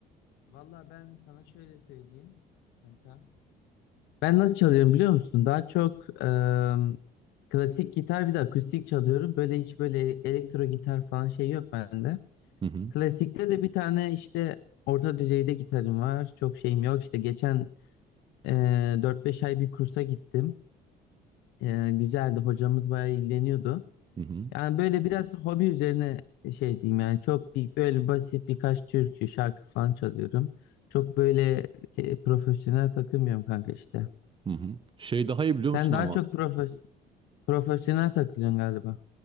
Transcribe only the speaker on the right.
Hı hı.
Hı hı.
Hı hı. Şey daha iyi biliyor musun
ama?